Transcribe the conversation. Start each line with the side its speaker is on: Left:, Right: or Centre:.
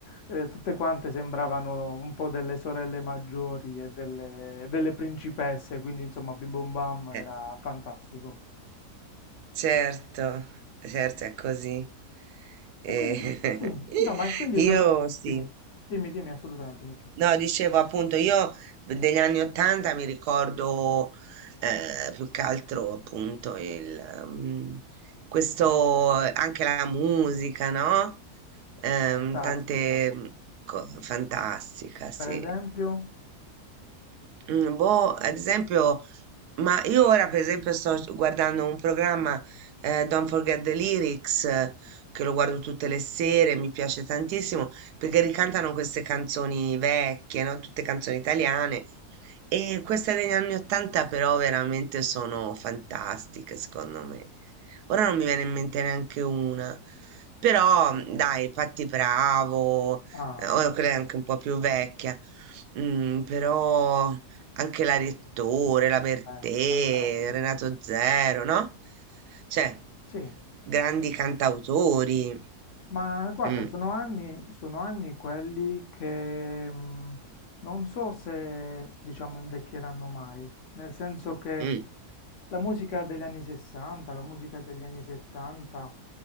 Left: eh, tutte quante sembravano un po' delle sorelle maggiori e delle, delle principesse, quindi insomma Bim Bum Bam era
Right: Eh,
Left: fantastico.
Right: Certo, certo è così. Eh,
Left: E quindi, sì,
Right: <laughs>
Left: insomma, e quindi
Right: io
Left: sono...
Right: sì.
Left: Dimmi, dimmi, dimmi assolutamente, Nicca.
Right: No, dicevo appunto, io degli anni Ottanta mi ricordo eh, più che altro appunto il, mm, questo, eh, anche la musica, no? Ehm,
Left: È fantastica.
Right: tante mm, co- fantastica, sì.
Left: Per esempio...
Right: Mm, boh, ad esempio, ma io ora per esempio sto guardando un programma, eh, Don't Forget the Lyrics, eh, che lo guardo tutte le sere, mi piace tantissimo, perché ricantano queste canzoni vecchie, no? Tutte canzoni italiane. E queste degli anni 80 però veramente sono fantastiche, secondo me. Ora non mi viene in mente neanche una. Però, mm, dai, Patti Bravo,
Left: Ah,
Right: eh, ora quella è anche un po' più vecchia. Mm, però anche la Rettore, la Bertè,
Left: beh, fantastico.
Right: Renato Zero, no? Cioè,
Left: Sì.
Right: grandi cantautori.
Left: Ma guarda,
Right: Mm,
Left: sono anni, sono anni quelli che mh, non so se, diciamo, invecchieranno mai, nel senso che
Right: mm.
Left: la musica degli anni 60, la musica degli anni 70